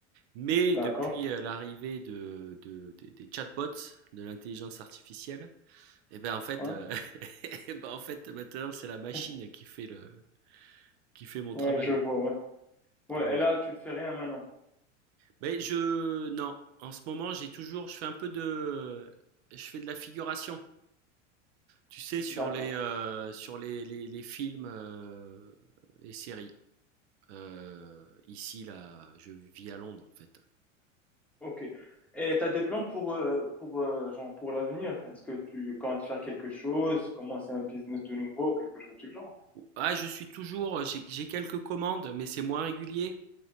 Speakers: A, on the right; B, in the centre.
A: mais
B: d'accord,
A: depuis euh, l'arrivée de, de- des des chatbots, de l'intelligence artificielle et ben en fait,
B: ouais,
A: heu, et <laughs> ben en fait, maintenant, c'est la machine
B: <laughs>
A: qui fait le qui fait mon
B: ouais,
A: travail.
B: je vois, ouais. Ouais,
A: Ouais, ouais.
B: et là, tu fais rien maintenant.
A: Beh, je non, en ce moment, j'ai toujours je fais un peu de je fais de la figuration. Tu sais, sur
B: D'accord,
A: les, heu, sur les les les films, heu et séries. Heu, ici, là, je vis à Londres, en fait.
B: ok. Et t'as des plans pour, euh, pour, euh, genre, pour l'avenir? Est-ce que tu comptes faire quelque chose, commencer un business de nouveau, quelque chose du genre?
A: ah, je suis toujours, j'ai j'ai quelques commandes, mais c'est moins régulier.